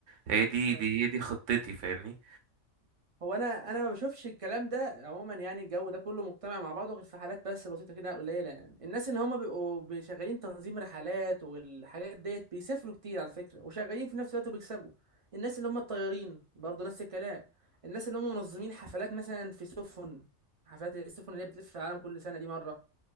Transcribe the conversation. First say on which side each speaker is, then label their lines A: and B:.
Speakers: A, on the right; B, on the right.
A: هي دي
B: طيب.
A: دي هي دي خطتي فاهمني
B: هو انا انا ما بشوفش الكلام ده عموما يعني الجو ده كله مجتمع مع بعضه غير في حالات بس بسيطه كده قليله يعني الناس اللي هم بيبقوا شغالين تنظيم رحلات والحاجات ديت بيسافروا كتير على فكره وشغالين في نفس الوقت وبيكسبوا الناس اللي هم الطيارين برضه نفس الكلام الناس اللي هم منظمين حفلات مثلا في سفن حفلات السفن اللي هي بتلف في العالم كل سنه دي مره